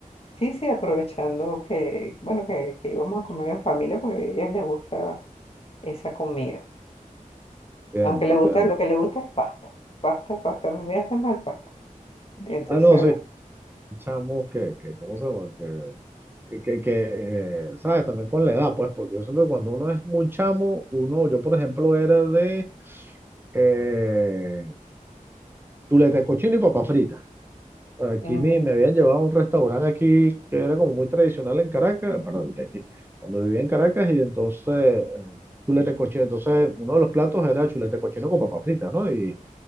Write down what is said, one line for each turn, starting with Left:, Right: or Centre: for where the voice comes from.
Left: Sí, sí, aprovechando que, bueno, que, que íbamos a comer en familia porque a ellos les gusta esa comida.
Right: Entiendo,
Left: Aunque les
Right: entiendo.
Left: gusta, lo que les gusta es pasta. Pasta, pasta, me miraste mal, pasta. Entonces,
Right: Ah, no, sí, chamos que, que, ¿cómo se llama? Que, que, que, que, eh, ¿sabes? También con la edad, pues, porque yo siento que cuando uno es muy chamo, uno, yo, por ejemplo, era de eh, chuleta de cochino y papas fritas. Aquí
Left: bueno.
Right: me, me habían llevado a un restaurante aquí que era como muy tradicional en Caracas, perdón, y aquí, cuando vivía en Caracas, y entonces eh, chuleta cochino, entonces uno de los platos era chuleta cochino con papas fritas, ¿no? Y,